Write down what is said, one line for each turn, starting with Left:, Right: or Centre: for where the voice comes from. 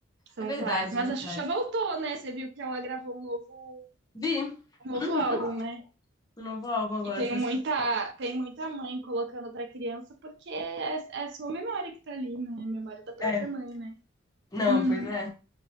Right: São
Left: é verdade,
Right: vários. Mas
Left: é verdade.
Right: a Xuxa voltou, né? Você viu que ela gravou um novo,
Left: Vi,
Right: um novo
Left: uhum,
Right: álbum, né?
Left: o novo álbum agora
Right: E tem
Left: para
Right: muita,
Left: crianças.
Right: tem muita mãe colocando pra criança, porque é, é a sua memória que tá ali, né? É A memória da própria
Left: É,
Right: mãe, né?
Left: não,
Right: Uhum.
Left: pois é.